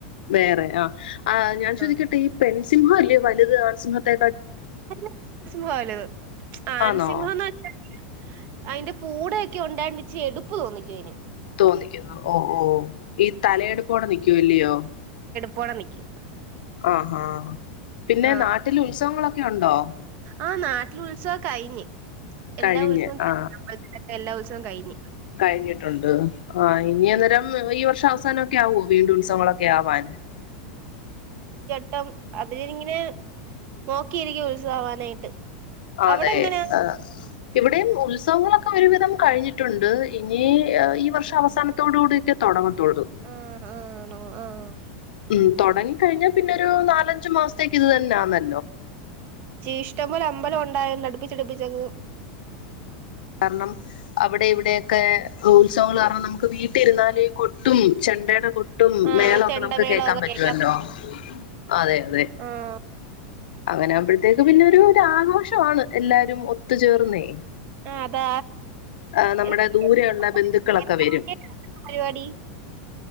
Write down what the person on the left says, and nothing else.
വേറെ അഹ് ആ ഞാൻ ചോദിക്കട്ടെ
ഈ പെൺ സിംഹല്ലേ വലുത് ആൺ സിംഹത്തെ
ആന്നോ
തോന്നിക്കുന്നു ഓ ഓ ഈ തലയെടുപ്പോടെ നിക്കൂല്ലയോ
അ ഹാ പിന്നെ
നാട്ടില് ഉത്സവങ്ങളൊക്കെ ഒക്കെ ഉണ്ടോ
കഴിഞ്ഞ്
ആ
കഴിഞ്ഞിട്ടുണ്ട് ആ ഇനി അന്നേരം ഈ വർഷം അവസ വസാനം ഒക്കെ ആവോ വീണ്ടും ഉത്സവങ്ങളൊ ക്കെ ആവാൻ
അതെ
ആ ഇവിടെയും ഉത്സവങ്ങളൊക്കെ ക്കെ ഒരുവിധം കഴിഞ്ഞിട്ടുണ്ട് ഇനി ഈ വർഷം അവസാനത്തോട് കൂടീട്ട് തൊടങ്ങ ത്തൊള്ളൂ
ഉം തൊടങ്ങി കഴിഞ്ഞാ പിന്നെരു നാലഞ്ച് മാസത്തേക്ക് ഇത് തന്നെയാന്നെ
കാരണം അവിടെ ഇവിടെ ക്കെ ഉത്സവം കാരണം നമുക്ക് വീട്ടിരുന്നാല് കൊട്ടും, ചെണ്ടയുടെ കൊട്ടും
മെളൊക്കെ
നമുക്ക് കേൾക്കാൻ
പറ്റുവല്ലോ
അതെ അതെ
അങ്ങനാവുമ്പോഴത്തേക്ക് പിന്നൊരു ഒരു ആഘോഷമാണ് എല്ലാരും ഒത്തുചേർന്നേ.
ആ നമ്മടെ
ദൂരെ ഒള്ള ബന്ധുക്കളൊക്കെ വരും.